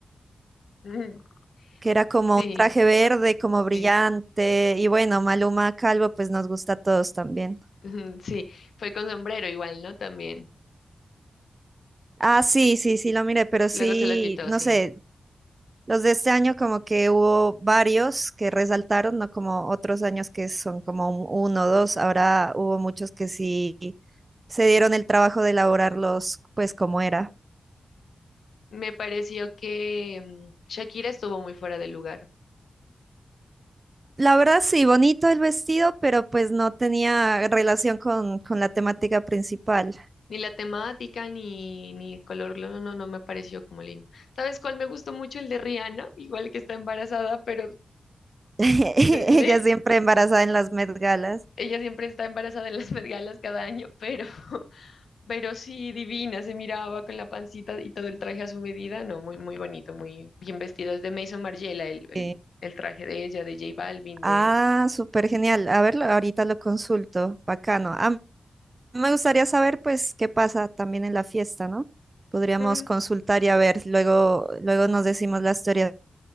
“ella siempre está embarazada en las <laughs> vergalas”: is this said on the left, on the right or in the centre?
Left